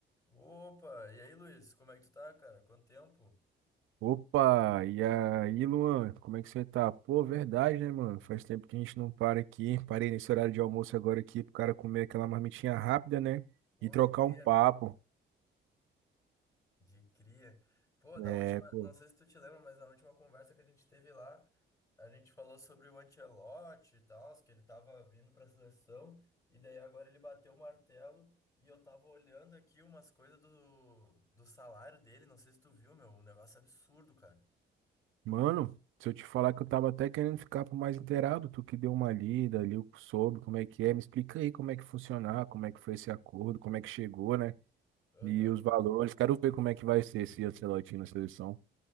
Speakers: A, on the left; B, on the right.
A: Opa, e aí, Luiz, como é que tu tá, cara? Quanto tempo?
B: Opa, e aí, Luan, como é que você tá? Pô, verdade, né, mano? Faz tempo que a gente não para aqui. Parei nesse horário de almoço agora aqui pro cara comer aquela marmitinha rápida, né?
A: Pô,
B: E trocar
A: de cria?
B: um papo.
A: De cria. Pô, da
B: É,
A: última,
B: pô.
A: não sei se tu te lembra, mas na última conversa que a gente teve lá, a gente falou sobre o Ancelotti e tal, que ele tava vindo pra seleção, e daí agora ele bateu o martelo, e eu tava olhando aqui umas coisas do, do salário dele, não sei se tu viu, meu, um negócio absurdo, cara.
B: Mano, se eu te falar que eu tava até querendo ficar por mais inteirado, tu que deu uma lida, ali sobre como é que é, me explica aí como é que funcionar, como é que foi esse acordo, como é que chegou, né?
A: Aham.
B: E os valores. Quero ver como é que vai ser esse Ancelotti na seleção.